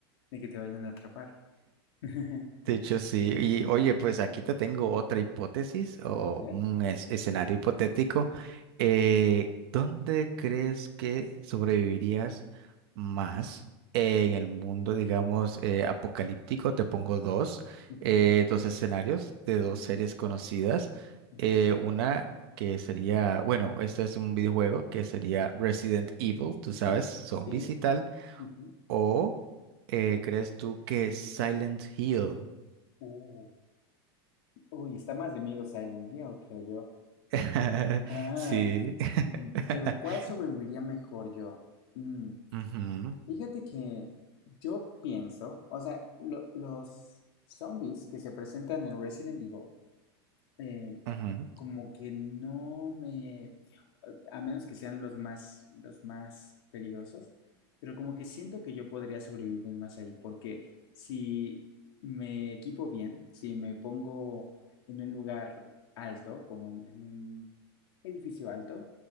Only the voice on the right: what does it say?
De hecho,
sí.
Y oye, pues aquí te tengo otra hipótesis o
un es- escenario hipotético. Eh, ¿dónde crees que sobrevivirías más eh, en el mundo, digamos, eh, apocalíptico? Te pongo dos,
eh, dos escenarios de dos series conocidas.
Eh, una que sería, bueno, esto es un videojuego que sería Resident Evil, tú sabes,
zombies
y tal.
O eh, ¿crees tú que Silent Hill?
<laughs>
Sí. <laughs>
Ujú,
ujú,